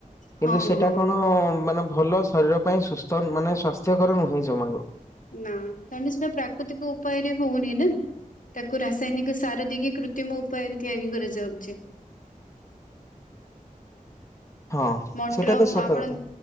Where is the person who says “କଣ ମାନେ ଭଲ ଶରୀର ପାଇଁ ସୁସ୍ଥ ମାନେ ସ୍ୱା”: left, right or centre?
Left